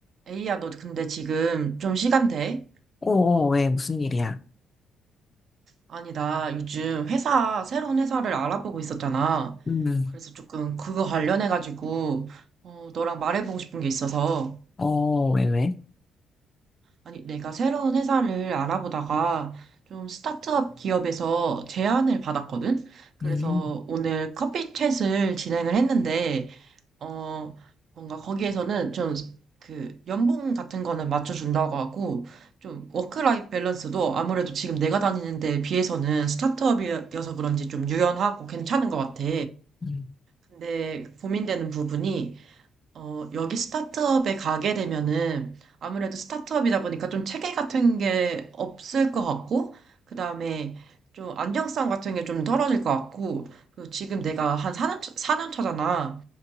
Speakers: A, on the right; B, on the left.
A: 에이야, 너 근데 지금 좀 시간 돼?
B: 어, 어, 왜, 무슨 일이야?
A: 아니, 나 요즘 회사, 새로운 회사를 알아보고 있었잖아.
B: 음,
A: 그래서 조금 그거 관련해가지고, 어, 너랑 말해보고 싶은 게 있어서.
B: 어, 왜, 왜?
A: 아니, 내가 새로운 회사를 알아보다가 좀 스타트업 기업에서 제안을 받았거든? 그래서
B: 음,
A: 오늘 커피 챗을 진행을 했는데, 어, 뭔가 거기에서는 좀 그 연봉 같은 거는 맞춰준다고 하고 좀 워크라이프 밸런스도 아무래도 지금 내가 다니는 데에 비해서는 스타트업이어서 그런지 좀 유연하고 괜찮은 것 같아.
B: 음,
A: 근데 고민되는 부분이 어, 여기 스타트업에 가게 되면은 아무래도 스타트업이다 보니까 좀 체계 같은 게 없을 것 같고 그다음에 좀 안정성 같은 게 좀 떨어질 것 같고 그리고 지금 내가 한 사년 4년 차잖아.